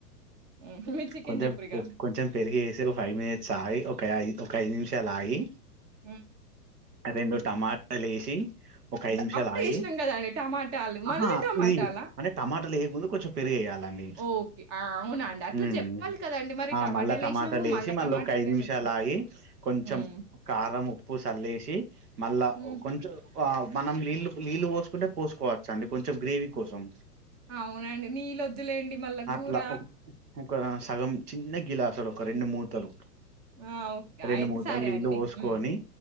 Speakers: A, on the right (about 30°); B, on the right (about 70°).
A: హ్మ్. మీరు చికెన్
B: కొంచెం
A: జెప్పురిగ.
B: కొంచెం పెరిగి వేసి ఒక ఫైవ్ మినిట్స్ ఆయి ఒక ఐ ఒక ఐదు నిమిషాలు ఆగి
A: మ్
B: రెండు టమాటలే సి ఒక ఐదు
A: ద
B: నిమిషాల్
A: అప్పుడే
B: ఆగి
A: ఏసినాం గదండీ టమాటాలు.
B: ఆహా
A: మళ్ళీ టమాటాలా?
B: ఇది అంటే టమాటలు ఏయకముందు కొంచెం పెరుగెయ్యాలండి.
A: ఓకే. ఆ! అవునా అండి. అట్లా
B: మ్
A: జెప్పాలి కదండీ మరి
B: ఆ
A: టమాటాలేసినాము
B: మళ్ళ టమాటల్
A: మళ్ళా
B: ఏసి మళ్ళోక
A: టమాటాలెందుకు?
B: ఐదు నిమిషాలు ఆగి కొంచం
A: హ్మ్.
B: కారం ఉ <unintelligible> మళ్ళా
A: హ్మ్.
B: కొంచ వావ్ మనం నీళ్లు నీళ్లు పోస్కుంటే పోస్కోచ్చా అండి కొంచెం గ్రేవీ కోసం
A: అవునండి నీళ్ళొద్దులేండి మళ్ళా గుర
B: అట్లా ఒక ఒక సగం చిన్న గిలాసులు ఒక రెండు మూతలు
A: ఆ! ఓకే.
B: రెండు
A: అయితే
B: మూటలు
A: సరే
B: ఇళ్లు
A: అండి.
B: పోసుకొని
A: హ్మ్.